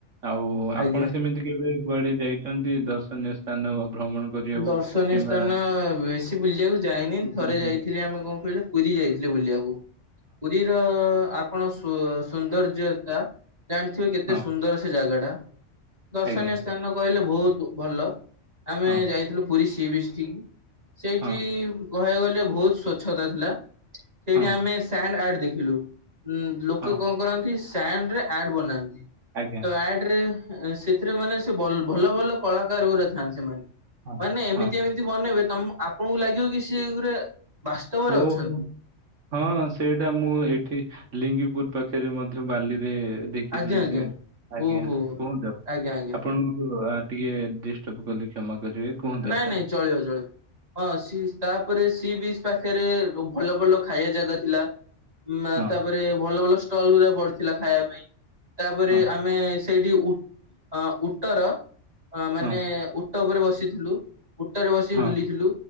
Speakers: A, on the right; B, on the right.
A: ଆଉ
B: ଆଜ୍ଞା
A: ଆପଣ ସେମିତି କେବେ କୁଆଡେ ଯାଇଛନ୍ତି ଦର୍ଶନୀୟ ସ୍ଥାନ ଭ୍ରମଣ କରିବାକୁ?
B: ଦର୍ଶନୀୟ
A: କିମ୍ବା
B: ସ୍ଥାନ ବେଶୀ ବୁଲିବାକୁ ଯାଇନି
A: ହଁ
B: ଥରେ
A: ହଁ
B: ଯାଇଥିଲି ଆମେ କଣ କହିଲେ ପୁରୀ ଯାଇଥିଲେ ବୁଲିବାକୁ, ପୁରୀର ଆପଣ ସୋ ସୌନ୍ଦର୍ଯ୍ୟତା ଜାଣିଥିବେ କେତେ
A: ହଁ
B: ସୁନ୍ଦର ସେ ଜାଗାଟା, ଦର୍ଶନୀୟ
A: ଆଜ୍ଞା
B: ସ୍ଥାନ କହିଲେ ବହୁତ ଭଲ। ଆମେ
A: ହଁ
B: ଯାଇଥିଲୁ ପୁରୀ ସି ବିଷ୍ଟିକି, ସେଇଠି
A: ହଁ
B: କହିବାକୁ ଗଲେ ବହୁତ ସ୍ଵଚ୍ଛତା ଥିଲା, ସେଇଟି
A: ହଁ
B: ଆମେ ସ୍ୟାଣ୍ଡ ଆର୍ଡ଼ ଦେଖିଲୁ। ଉଁ ଲୋକେ
A: ହଁ
B: କଣ କରନ୍ତି ସ୍ୟାଣ୍ଡରେ ଆର୍ଡ଼ ବନାନ୍ତି,
A: ଆଜ୍ଞା
B: ତ ଆର୍ଡ଼ରେ ଆଁ ସେଥିରେ ମାନେ ସେ ବଲ୍ ଭଲ ଭଲ କଳାକାର ଗୁରେ ଥାଆନ୍ତି ସେମାନେ।
A: ହଁ
B: ମାନେ ଏମିତି
A: ହଁ
B: ଏମିତି ବନେଇବେ ତମ୍ ଆପଣଙ୍କୁ ଲାଗିବ କି ସିଏ ଗୁରେ ବାସ୍ତବରେ
A: ଓହୋ
B: ଅଛନ୍ତି।
A: ହଁ ସେଇଟା ମୁଁ ଏଇଠି ଲିଙ୍ଗିପୁର ପାଖରେ ମଧ୍ୟ ବାଲିରେ ଦେଖିଥିଲେ
B: ଆଜ୍ଞା ଆଜ୍ଞା।
A: ସେ ଆଜ୍ଞା
B: ଓହୋ
A: କୁହନ୍ତୁ ଆପ୍,
B: ଆଜ୍ଞା ଆଜ୍ଞା
A: ଆପଣଙ୍କୁ ଆ ଟିକେ ଡ଼ିଷ୍ଟବ୍ କଲି କ୍ଷମା କରିବେ। କୁହନ୍ତୁ
B: ନାଇଁ
A: ଆପଣ
B: ନାଇଁ ଚଳିବ ଚଳିବ। ହଁ ସି ତାପରେ ସି ବିଜ୍ ପାଖରେ ଭଲ ଭଲ ଖାଇବା ଜାଗା ଥିଲା। ମା
A: ହଁ
B: ତାପରେ ଭଲ ଭଲ ଷ୍ଟଲ ଗୁରା ପଡ଼ିଥିଲା ଖାଇବା ପାଇଁ ତାପରେ
A: ହଁ
B: ଆମେ ସେଇଠି ଉ ଅ ଉଟର ଅ ମାନେ
A: ହଁ
B: ଉଟ ଉପରେ ବସିଥିଲୁ। ଉଟରେ ବସି
A: ହଁ
B: ବୁଲିଥିଲୁ